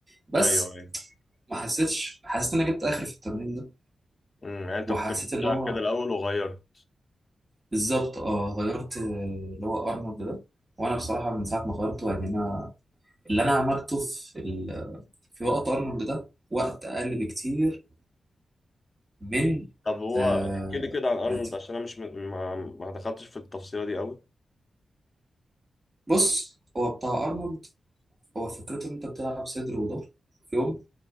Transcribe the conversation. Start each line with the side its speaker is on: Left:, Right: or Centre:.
Right: بس
Left: ايوه ايوه
Right: ما حسيتش حسيت ان انا جبت اخر في التمرين ده
Left: امم يعني انت
Right: وحسيت
Left: كنت بتلعب
Right: ان هو
Left: كده الاول وغيرت
Right: بالظبط اه غيرت آه، اللي هو ارنولد ده وانا بصراحه من ساعه ما غيرته يعني انا اللي انا عملته في ال... في وقت ارنولد ده وقت اقل بكتير من
Left: طب هو
Right: آه...
Left: احكي لي كده عن ارنولد
Right: عادي
Left: عشان انا مش م... ما... ما دخلتش في التفصيلة دي قوي
Right: بص هو بتاع ارنولد هو فكرته ان انت بتلعب صدر وظهر في يوم